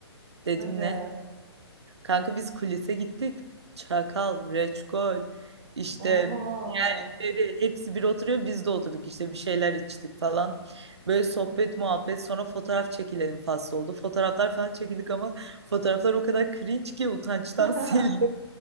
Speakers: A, on the right; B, on the right.
A: Dedim
B: Hadi.
A: ne? Kanka biz kulise gittik. Çakal, Reçkol, işte
B: Oha.
A: Beri hepsi bir oturuyor biz de oturduk işte bir şeyler içtik falan. Böyle sohbet muhabbet sonra fotoğraf çekilelim faslı oldu. Fotoğraflar falan çekildik ama fotoğraflar o kadar cringe ki utançtan
B: <laughs>
A: <laughs> sildim.